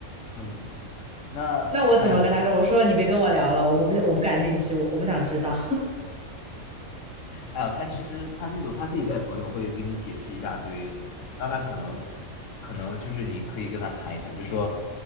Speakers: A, on the left; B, in the centre.
A: 嗯，那哎
B: 那我怎么跟他说？我说你别跟我聊了，我我不我不感兴趣，我我不想知道。
A: 哎呦，他其实他这种他自己带朋友会给你解释一大堆，那他可能可能就是你可以跟他谈一谈，就说